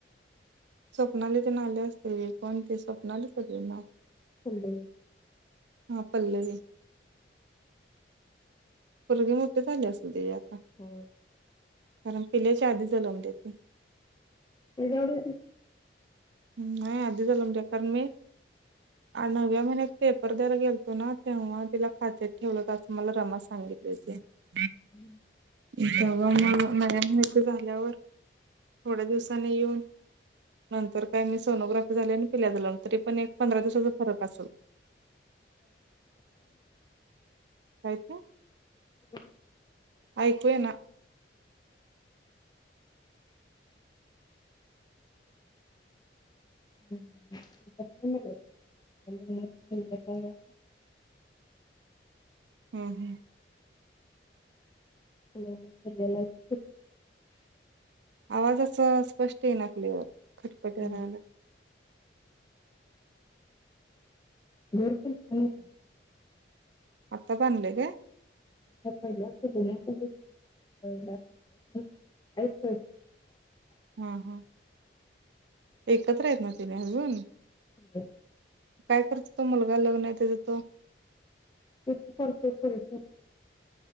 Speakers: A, on the right; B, on the left.
A: स्वप्नाली तेन आले असतील की कोन ते स्वप्नालीच ना तिझं नाव
B: ले
A: हा पल्लवी पुरगी मोठी झाली असल तिजी आता
B: होय
A: कारण पिल्याच्या आधी जलमल्या ती
B: तेजा एवढीच दिस
A: नाही आधी जलमल्या कारण मी नव्या महिन्यात पेपर दर गेलतो ना तेव्हा तिला काचेत ठेवलं असं मला रमा सांग <inaudible>
B: <inaudible>
A: जवा मग मला माहित झाल्यावर थोड्या दिवसानी येऊन नंतर काय मी सोनोग्राफी झाली आणि पिल्या झाल तरी पण एक पंधरा दिवसाचा फरक असेल हो
B: <inaudible>
A: ऐकू ये ना
B: ह कच्चीमटर आणि संध्याकाळला
A: ह, ह
B: hello miss Sejal I speak
A: आवाज असं स्पष्ट येना क्लिवर खटपट व्हाय
B: हम्म.
A: लागलय
B: घडतील ते
A: आता बांधलंय काय
B: आता पहिलाचं डीसिजन तुझं <unintelligible>
A: ह, ह एकत्र आहेत ना त्यनी अजुन
B: <unintelligible>
A: काय करतो तो मुलगा लग्न आहे त्याच तो
B: तेज ते करतय करुदे